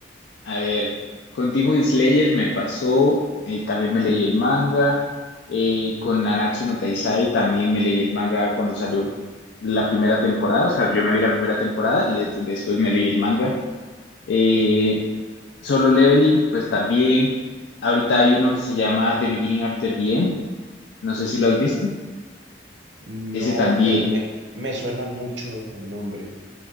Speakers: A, on the left; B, on the right.
A: A ver, con Demon Slayer me pasó, eh, también me leí el manga, eh, con Nanatsu no Taizai también me leí el manga cuando salió
B: Uf,
A: la primera temporada, o sea, yo me vi la primera temporada y de- después me leí el manga. Eh, Solo Leveling, pues también, ahorita hay uno que se llama The Beginning After the End, no sé si lo has visto,
B: no,
A: ese también.
B: pero me, me suena mucho el nombre.